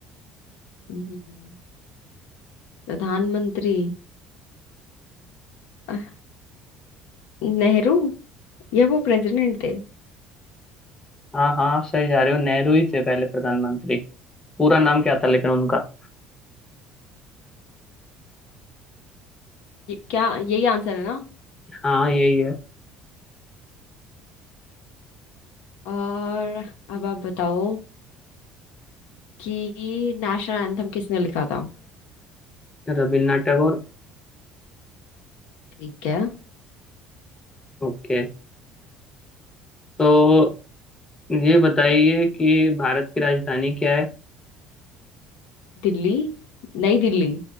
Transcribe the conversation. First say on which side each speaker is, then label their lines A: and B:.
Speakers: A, on the left; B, on the left.
A: हम्म, प्रधानमंत्री अह, नेहरू या वो प्रेसिडेंट थे
B: हाँ हाँ आप सही जा रहे हो नेहरू ही थे पहले प्रधानमंत्री पूरा नाम क्या था लेकिन उनका
A: ये, क्या यही आंसर है ना
B: हाँ यही है
A: और अब आप बताओ कि नेशनल एंथम किसने लिखा था
B: रविन्द्रनाथ टैगोर
A: ठीक है
B: ओके तो ये बताइए कि भारत की राजधानी क्या है
A: दिल्ली नई दिल्ली